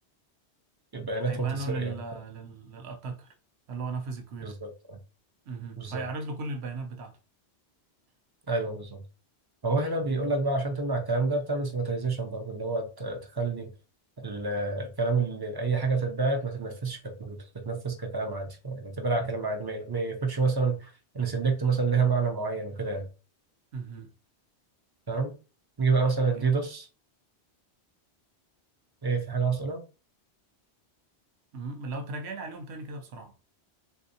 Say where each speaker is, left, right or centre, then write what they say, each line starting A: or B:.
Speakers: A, on the right; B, on the right.
A: بياناتهم
B: هيبانه
A: تتسرق
B: لل...
A: يعني
B: لل... للاتاكر اللي هو نفذ الكويري
A: بالظبط آه،
B: مهم.
A: بالظبط
B: فيعرض له كل البيانات بتاعته
A: ايوه بالظبط فهو هنا بيقول
B: جميل
A: لك بقى عشان تمنع الكلام ده بتعمل سيماتيزيشن برضه اللي هو ت- تخلي ال- الكلام اللي اي حاجه بتتبعت ما تتنفذش ككود تتنفذ ككلام عادي يعني اعتبرها كلام عادي ما ما ياخدش مثلا ان سيلكت مثلا لها معنى معين وكده يعني
B: مهم.
A: تمام نيجي بقى مثلا الديدوس
B: جميل.
A: ايه في حاجه حاصله
B: مم. لو تراجع لي عليهم تاني كده بسرعه